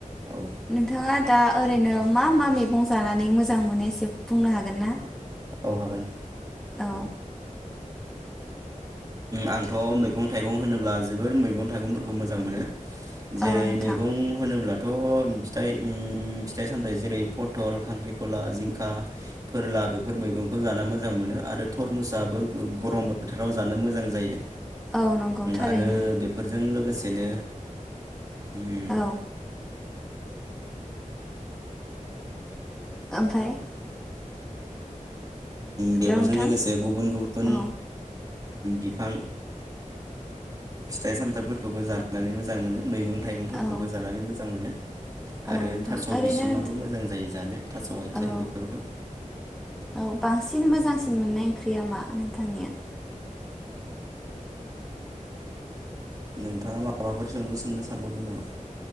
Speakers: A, on the right; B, in the centre.
A: औ
B: नोंथाङा दा ओरैनो मा मा मैगं जानानै मोजां मोनो एसे बुंनो हागोन ना
A: औ हागोन
B: औ
A: आंथ' मैगं थाइगं होनोब्ला जोबोर मैगं थाइगंफोरखौ मोजां मोनो जेरै
B: औ नोंथां
A: मैगं होनोब्ला फिथाइ फिथाइ सामथायाइ जेरै पथल खांख्रिखला जिंखा फोरला बेफोर मैगंखौ जानो मोजां मोनो आरो थरमुसाबो गरम बोथोर राव जानो मोजां जायो
B: औ नंगौ थारैनो
A: आरो बेफोरजों लोगोसेनो उम
B: औ ओमफ्राय
A: बेफोरजों
B: हेलौ नोंथां
A: लोगोसे गुबुन गुबुन
B: औ
A: बिफां फिथाइ सामथाइफोरखौबो जानानै मोजां मोनो मैगं थाइगंफोरखौबो
B: औ
A: जानानै मोजां मोनो।
B: औ
A: आरो
B: नोंथां
A: थास'
B: ओरैनो
A: बिसुुंआबो
B: नोंथां
A: मोजां जायो जानो थास' आथिं
B: औ
A: बेफोरबो
B: औ बांसिन मोजांसिन मोननाय ओंख्रिया मा नोंथांनिया
A: नोंथाङा माबाफोर सोंलु सोंनो सानबावदों नामा